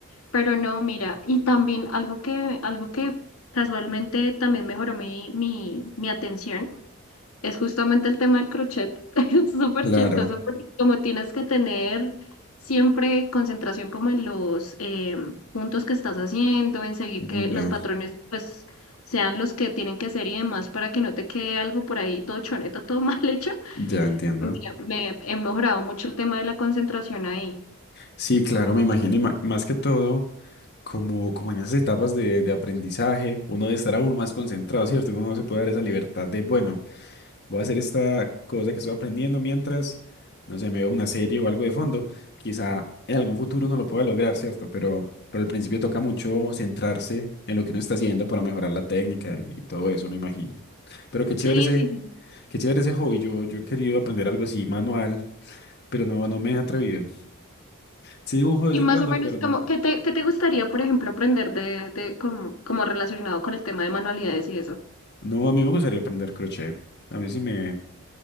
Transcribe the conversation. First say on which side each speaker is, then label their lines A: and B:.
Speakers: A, on the left; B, on the left.
A: Pero no, mira, y también algo que, algo que casualmente también mejoró mi, mi, mi atención es justamente el tema del crochet. <laughs> Es súper
B: claro.
A: chistoso porque como tienes que tener siempre concentración como en los eh, puntos que estás haciendo, en seguir
B: Ya,
A: que los patrones pues sean los que tienen que ser y demás para que no te quede algo por ahí todo choneto, todo <laughs> mal hecho.
B: ya entiendo.
A: Me, me- he mejorado mucho el tema de la concentración ahí.
B: Sí, claro, me imagino, y ma- más que todo, como, como en esas etapas de, de aprendizaje, uno debe estar aún más concentrado, ¿cierto? Uno no se puede dar esa libertad de, bueno, Voy a hacer esta cosa que estoy aprendiendo mientras, no sé, me veo una serie o algo de fondo. Quizá en algún futuro no lo pueda lograr, ¿cierto? Pero, pero al principio toca mucho centrarse en lo que uno está haciendo para mejorar la técnica y, y todo eso, me imagino. Pero qué chévere
A: Sí,
B: ese,
A: sí, sí.
B: qué chévere ese hobby. Yo, yo he querido aprender algo así manual, pero no, no me he atrevido. Sí dibujo de
A: Y
B: vez en
A: más
B: cuando,
A: o menos,
B: pero no.
A: como, ¿qué te, qué te gustaría, por ejemplo, aprender de, de como, como relacionado con el tema de manualidades y eso?
B: No, a mí me gustaría aprender crochet. A mí sí me...